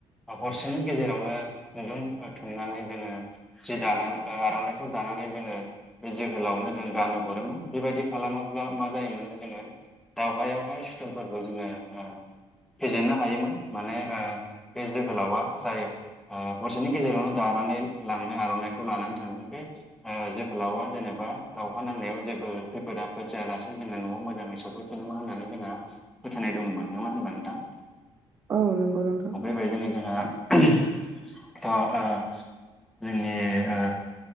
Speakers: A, in the centre; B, on the right.
A: ओ हरसेनि गेजेरावनो खुन्दुं ओ थुमनानै जोङो जि दानानै ओ आर'नाइखौ दानानै जोङो बे जोहोलावनो जों गानहो हरोमोन। बेबायदि खालामोब्ला मा जायोमोनो जोङो दावहायावहाय सुथुरफोरखौ जोङो ओ फेजेननो हायोमोन माने ओ बे जोहोलावा जायो। आ हरसेनि गेजेरावनो दानानै लांनो आर'नाइखौ लानानै थांदों। बे ओ जोहोलावा जेनेबा दावहा नांनायाव जेबो खैफोद आफोद जायालासे जोङो न'आव मोजाङै सफैफिनोमोन होननानै जोंहा फोथायनाय दङमोन नङा होनबा नोंथां?
B: औ नंगौ नोंथां।
A: बैदिनो जोंहा थ' ओ जोंनि ओ